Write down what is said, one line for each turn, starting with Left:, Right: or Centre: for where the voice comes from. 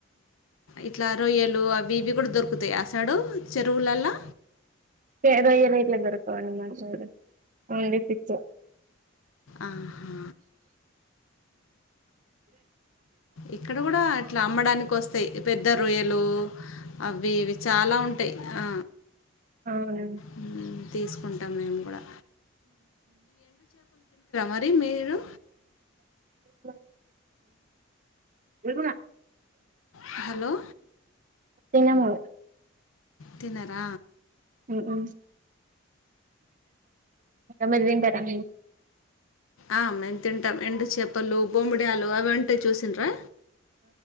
Left: ఇట్లా రొయ్యలు అవిఇవి ఇడు దొరుకుతాయి అసాడు చెరువులలా
Right: ఆహ్ రొయ్యలు ఎట్ల దొరకవ్ అండి మా సైడ్ ఓన్లీ పిక్చర్
Left: ఆహా! ఇక్కడ గూడా ఇట్లా అమ్మడానికి వస్తాయి పెద్ద రొయ్యలు అవి ఇవి చాలా ఉంటాయి ఆ
Right: అవ్
Left: హ్మ్. తీసుకుంటాం మేము కూడా మరి మీరు?
Right: అ ఏ
Left: హలో
Right: తిన్నము
Left: తిన్నార
Right: మ్ మ్ మీరు తింటారా
Left: ఆ మేము తింటాం ఎండు చేపలు బొమ్మిడలు అవి ఉంటే చుసిండ్రా